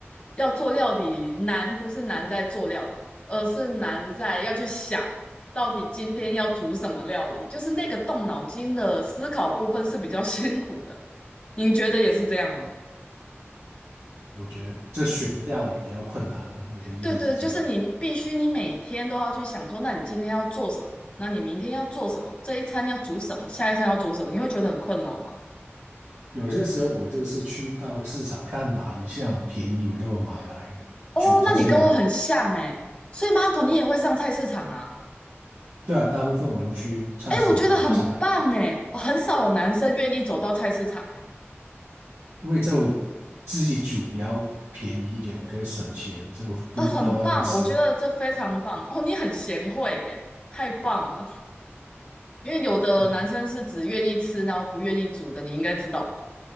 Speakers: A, on the left; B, on the right.
A: 要做料理难，不是难在做料理，而是难在要去想到底今天要煮什么料理，就是那个动脑筋的思考部分是比较 <laughs> 辛苦的。您觉得也是这样吗？
B: 我觉得这选料理比较困难嘛，你的意思是这样？
A: 对对，就是你必须，你每天都要去想说，那你今天要做什么？那你明天要做什么？这一餐要煮什么？下一餐要煮什么？你会觉得很困扰吗？
B: 有些时候我就是去到市场看哪一项便宜，我就买来煮就这样吧。
A: 哦，那你跟我很像哎，所以 Marco 你也会上菜市场啊？
B: 对啊，大部分我都去菜市场买菜，
A: 哎，我觉得很棒哎，很少有男生愿意走到菜市场
B: 因为就自己煮比较便宜一点嘛，可以省钱，就不用到外面吃。
A: 诶，呃很棒，我觉得这非常棒哦，你很贤惠耶，太棒了。因为有的男生是只愿意吃，
B: 嗯，
A: 然后不愿意煮的，你应该知道吧